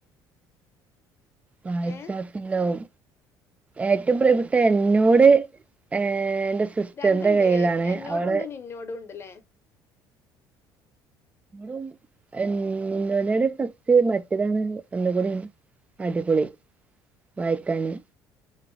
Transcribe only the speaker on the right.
വായ്ച്ചാ
<unintelligible> ല്ലാവും. ഏറ്റവും പ്രിയപ്പെട്ട എന്നോട് ഏ എന്റെ സിസ്റ്ററിന്റെ
കയ്യിലാണ്
അവള്
ഉം എ നോയുടെ ഫസ്റ്റ് മറ്റതാണ് ഒന്നുകൂടി അടിപൊളി. വായിക്കാന്.